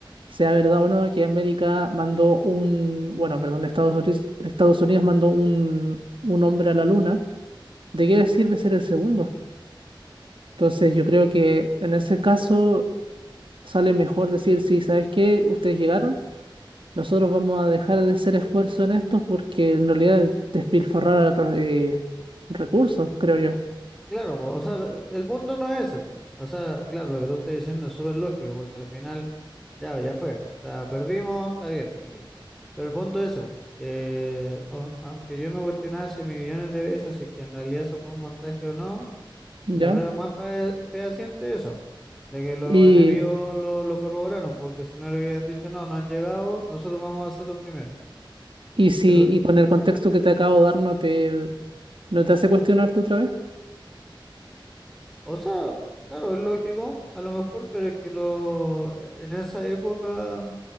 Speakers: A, on the right (about 75°); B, in the centre.
A: sea verdad o no que América mandó un, bueno, perdón, Estados Unidos, Estados Unidos mandó un, un hombre a la luna? ¿De qué les sirve ser el segundo? Entonces, yo creo que en ese caso sale mejor decir, sí, ¿sabes qué? Ustedes llegaron, nosotros vamos a dejar de hacer esfuerzo en esto porque en realidad es despilfarrar eh, recursos, creo yo,
B: Claro, po, o sea, pero el punto no es ese, po. O sea, claro, lo que tú estás diciendo es súper lógico, porque al final, ya, ya fue. O sea, perdimos, está bien, ok. Pero el punto es ese, po, que au- aunque yo me cuestionaba hace millones de veces si que en realidad eso fue un montaje o no,
A: ¿ya?
B: la prueba más fe- fea, siente eso, de que los
A: Y,
B: enemigos lo, lo corroboraron, porque si no le hubieran dicho, no, no han llegado, nosotros vamos a ser los primeros.
A: y si
B: Pero,
A: y con el contexto que te acabo de dar no te, no te hace cuestionarte otra vez.
B: o sea, claro, es lógico, a lo mejor, pero es que lo, en esa época.